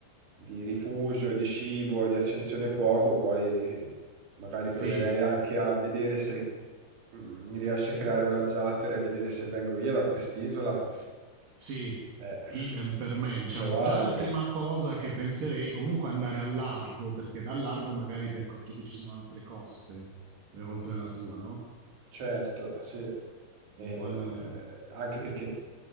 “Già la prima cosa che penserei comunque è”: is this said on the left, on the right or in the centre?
Right